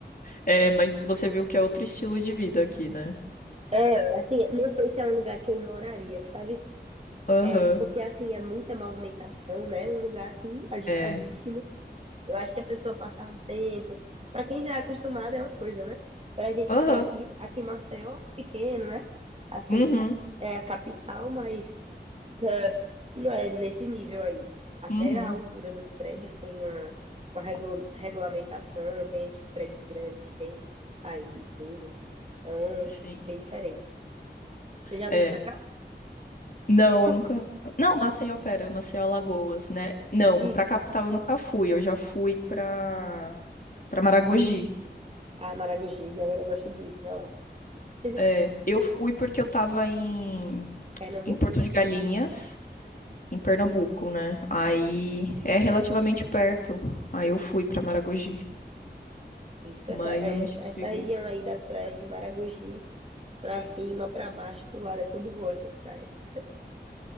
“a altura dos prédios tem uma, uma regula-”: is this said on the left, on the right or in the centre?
Right